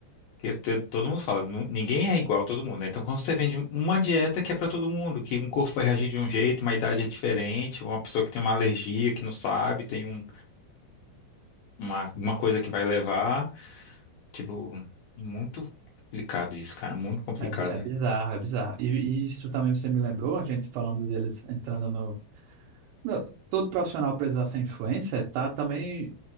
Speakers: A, on the left; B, on the right.
A: que te- todo mundo fala, nu- ninguém é igual a todo mundo, né? Então, quando você vende um- uma dieta que é pra todo mundo, que um corpo vai reagir de um jeito, uma idade é diferente, uma pessoa que tem uma alergia, que não sabe, tem um, uma, uma coisa que vai levar. Tipo, muito complicado isso, cara, muito complicado.
B: É, bi- é
A: né?
B: bizarro, é bizarro. E, e isso também você me lembrou, a gente falando deles entrando no. no- todo profissional precisa ser influencer, tá também